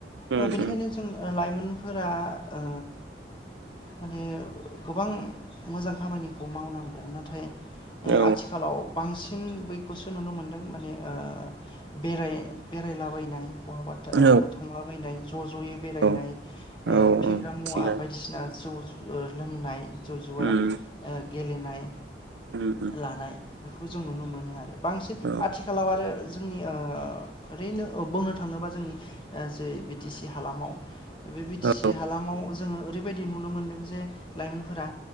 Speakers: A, on the left (about 25°); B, on the right (about 85°).
A: औ
B: उम
A: बिनिखायनो जों ओ लाइमोन फोरा ओ माने गोबां मोजां खामानिखौ मावनांगोन नाथाय ओं
B: औ
A: आथिखालाव बांसिन बैखौसो नुनो मोनदों माने ओ बेराय बेरायलाबायनाय । बहाबा था-थांलाबायनाय
B: औ
A: ज जयै बेरायनाय
B: औ औ
A: फेग्रा मुवा
B: थिगानो
A: बायदिसिना जौ ओ लोंनाय जौ जुवा
B: उम
A: ओ गेलेनाय
B: उम उम
A: लानाय बेखौ जों नुनो मोनो आरो बांसिन
B: औ
A: आथिखालाव आरो जोंनि ओ ओरैनो बुंनो थाङोबा जोंनि जे बि टि सि हालामाव बे बि टि
B: औ
A: सि हालामाव जोङो ओरैबायदि नुनो मोनदों जे लाइमोनफोरा